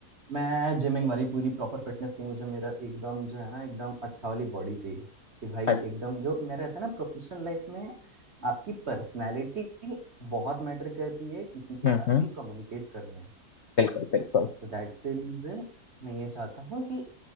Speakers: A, on the right (about 40°); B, on the left (about 55°).
A: मैं जिमिंग वाली पूरी प्रॉपर फिटनेस की मुझे मेरा एकदम जो है ना एकदम अच्छा वाली बॉडी चाहिए कि भाई
B: अच्छा
A: एकदम जो मेरा रहता है ना प्रोफेशनल लाइफ में आपकी पर्सनालिटी बहुत मैटर करती है किसी के
B: हम्म
A: साथ
B: हम्म
A: भी कम्युनिकेट करने में
B: बिल्कुल बिल्कुल
A: तो दैट्स द रीजन मैं ये चाहता हूँ कि